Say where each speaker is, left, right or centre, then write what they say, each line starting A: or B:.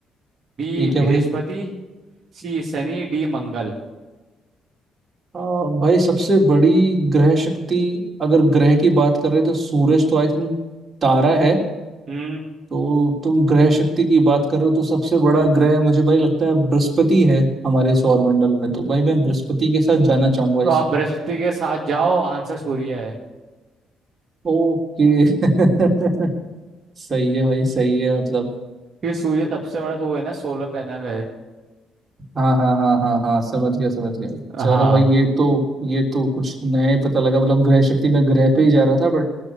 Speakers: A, on the right; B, on the right.
A: बी
B: ठीक है
A: बृहस्पति
B: भाई
A: सी शनि डी मंगल
B: आ, भाई सबसे बड़ी ग्रह शक्ति अगर ग्रह की बात कर रहे हो तो सूरज तो आई थिंक तारा है
A: हम्म
B: तो तुम ग्रह शक्ति की बात कर रहे हो तो सबसे बड़ा ग्रह मुझे भाई लगता है बृहस्पति है हमारे सौरमंडल में तो भाई मैं बृहस्पति के साथ जाना चाहूंगा
A: तो
B: इस
A: आप बृहस्पति के साथ जाओ आंसर सूर्य है
B: ओके <laughs> सही है भाई सही है मतलब
A: कि सूर्य सबसे बड़ा तो वो है ना सोलर पैनल है
B: हाँ हाँ हाँ हाँ हाँ समझ गया समझ गया
A: हाँ
B: चलो भाई ये तो ये तो कुछ नया ही पता लगा मतलब ग्रह शक्ति में ग्रह पे ही जा रहा था बट